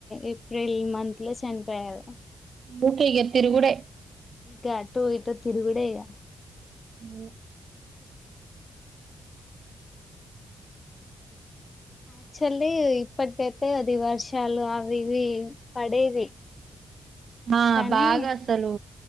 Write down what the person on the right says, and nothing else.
ఊకే ఇగా తిరుగుడే.
<unintelligible>
ఆ
బాగా అసలు